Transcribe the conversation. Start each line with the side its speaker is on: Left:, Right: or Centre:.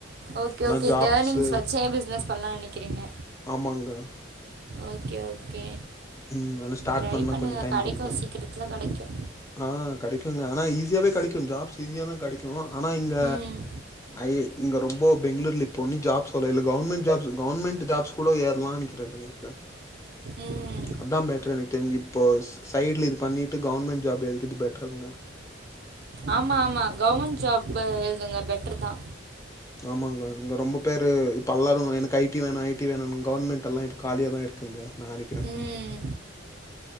Right: ஓகே
Left: ஆனா
Right: ஓகே
Left: ஜாப்ஸு
Right: இந்த ஏர்னிங்ஸ் வச்சே பிசினஸ் பண்லான் நெனக்கிறீங்க
Left: ஆமாங்க.
Right: ஓகே ஓகே
Left: ம் ஆனா ஸ்டார்ட்
Right: ட்ரை
Left: பண்ணா
Right: பண்ணுங்க
Left: கொஞ்சோ டைம்
Right: கடைக்கு
Left: புடிக்கு
Right: சீக்ரத்துல கடைக்கு
Left: ஆ கடைக்குங்க ஆனா ஈஸியாவே கெடைக்கு ஜாப்ஸ் ஈஸியா தா கெடைக்கு ஆனா இந்த
Right: ம்
Left: ஐ இங்க ரொம்ப பெங்ளூர்ல இப்ப நீ ஜாப் சொல்லல கவர்மெண்ட் ஜாப்ஸ் கவர்மெண்ட் ஜாப்ஸ் கூட ஏறலான்னிக்குறது <unintelligible>
Right: ம்
Left: அதா பெட்டர் எனக்கு தெரிஞ்சு இப்போ சைடுல இது பண்ணிட்டு கவர்ன்மெண்ட் ஜாப் எனக்கிது இது பெட்ருங்க
Right: ஆமா ஆமா கவர்மெண்ட் ஜாப் எழுதுங்க பெட்ருதா
Left: ஆமாங்க இங்க ரொம்ப பேரு இப்ப எல்லோரும் எனக்கு ஐ டி வேணு ஐ டி வேணுனு கவர்மெண்ட்யெல்லா இப்ப காலியா தா இருக்குங்க நா நெனிக்கிறே
Right: ம்